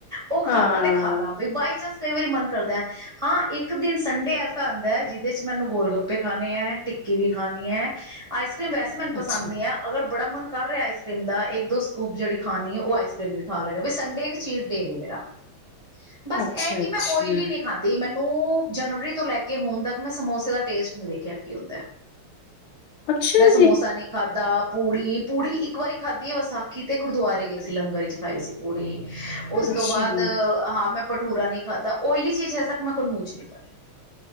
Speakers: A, on the right (about 25°); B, on the left (about 75°).
A: ਉਹ ਖਾ
B: ਹਾਂ
A: ਲਾਂ ਤੇ ਖਾ ਲਾਂ। ਬਈ ਬਾਏ ਚਾਂਸ ਕਈ ਵਾਰੀ ਮਨ ਕਰਦਾ, ਹਾਂ ਇੱਕ ਦਿਨ ਸੰਡੇ ਐਸਾ ਆਂਦੈ ਜਿਦੇ ਚ ਮੈਨੂੰ ਗੋਲ ਗੱਪੇ ਖਾਣੇ ਏ, ਟਿੱਕੀ ਕੀ ਵੀ ਖਾਣੀ ਹੈ, ਆਈਸ ਕ੍ਰੀਮ ਵੈਸੇ ਮੈਨੂੰ ਪਸੰਦ
B: ਅੱਛਾ
A: ਨਹੀਂ ਹੈ, ਅਗਰ ਬੜਾ ਮਨ ਕਰ ਰਿਹਾ ਆਈਸ ਕ੍ਰੀਮ ਦਾ, ਇੱਕ ਦੋ ਸਕੂਪ ਜਿਹੜੀ ਖਾਣੀ ਹੈ ਉਹ ਆਈਸ ਕਰ੍ਰੀਮ ਵੀ ਖਾ ਲੈਣੀ। ਵੀ ਸੰਡੇ ਇੱਕ ਚੀਟ ਡੇ ਵੇ ਮੇਰਾ । ਬਸ
B: ਅੱਛਾ
A: ਇਹ ਕਿ
B: ਅੱਛਾ
A: ਮੈਂ ਓਇਲੀ ਨੀ ਹੀ ਖਾਂਦੀ। ਮੈਨੂੰ ਉਹ ਜਨਵਰੀ ਤੋਂ ਲੈ ਕੇ ਹੁਣ ਤੱਕ ਮੈਂ ਸਮੋਸੇ ਦਾ ਟੇਸਟ ਨਹੀਂ ਵੇਖਿਆ, ਕੀ ਹੁੰਦਾ।
B: ਅੱਛਾ
A: ਮੈਂ ਸਮੋਸਾ
B: ਜੀ
A: ਨਹੀਂ ਖਾ ਦਾ, ਪੂੜੀ, ਪੂੜੀ ਇੱਕ ਵਾਰੀ ਖਾਧੀ ਏ, ਵਿਸਾਖੀ ਤੇ ਗੁਰਦੁਆਰੇ ਗਏ ਸੀ। ਲੰਗਰ ਚ ਖਾਈ ਸੀ ਪੂਰੀ। ਉਸ
B: ਅੱਛਾ
A: ਤੋਂ ਬਾਅਦ,
B: ਜੀ,
A: ਹਾਂ ਮੈਂ ਭਠੂਰਾ ਨਹੀਂ ਦਾ, ਓਇਲੀ ਚੀਜ਼ ਹਜੇ ਤੱਕ ਮੈਂ ਕੋਈ ਮੂਹ ਚ ਨਹੀਂ ਪਾਈ।